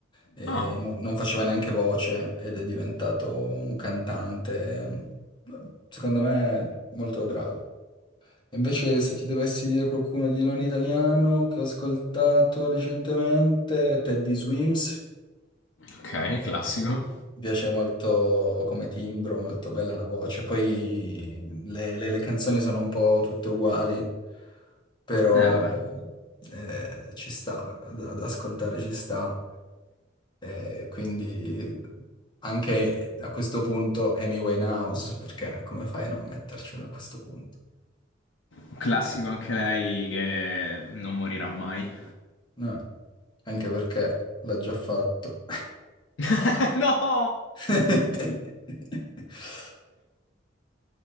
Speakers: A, on the left; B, on the left.
A: e
B: Ah,
A: no- non faceva neanche voce ed è diventato un cantante, um, secondo me, molto bravo. Invece, se ti dovessi dire qualcuno di non italiano che ho ascoltato recentemente, Teddy Swims.
B: ok, classico.
A: Mi piace molto come timbro, molto bella la voce. Poi le, le- le canzoni sono un po' tutte uguali, però
B: Eh, vabbè.
A: eh, ci sta, ad, ad ascoltare ci sta. E quindi anche a questo punto Amy Winehouse, perché come fai a non mettercelo a questo punto?
B: Un classico anche lei che non morirà mai.
A: No, anche perché l'ha già fatto.
B: <laughs> no!
A: <laughs>